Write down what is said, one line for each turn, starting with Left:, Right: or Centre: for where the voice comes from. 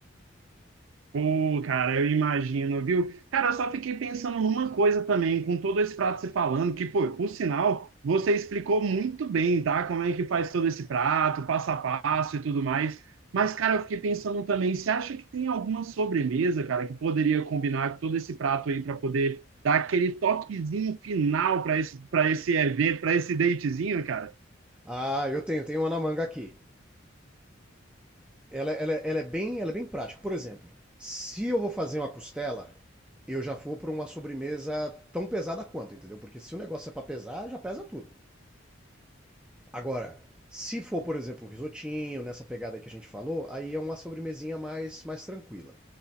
Right: Pô, cara, eu imagino, viu? Cara, eu só fiquei pensando numa coisa também, com todo esse prato você falando, que, pô, por sinal, você explicou muito bem, tá? Como é que faz todo esse prato, passo a passo e tudo mais. Mas, cara, eu fiquei pensando também, você acha que tem alguma sobremesa, cara, que poderia combinar com todo esse prato aí para poder dar aquele toquezinho final para esse, para esse evento, para esse datezinho, cara?
Centre: Ah, eu tenho, tenho uma na manga aqui. Ela, ela- ela é bem, ela é bem prática. Por exemplo, se eu vou fazer uma costela, eu já vou para uma sobremesa tão pesada quanto, entendeu? Porque se o negócio é para pesar, já pesa tudo. Agora, se for, por exemplo, um risotinho, nessa pegada que a gente falou, aí é uma sobremesinha mais, mais tranquila.